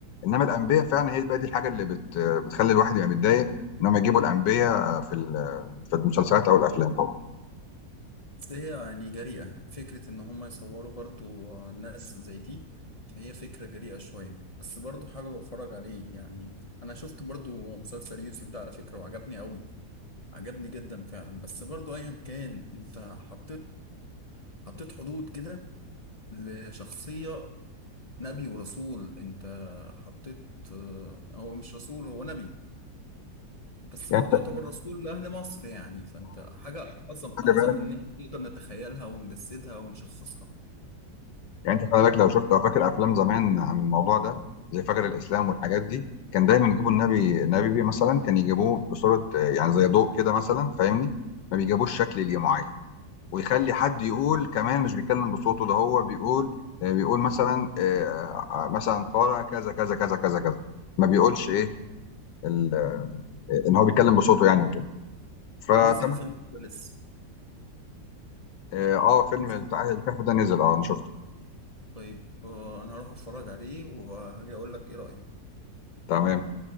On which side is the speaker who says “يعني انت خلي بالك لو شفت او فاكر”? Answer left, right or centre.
Left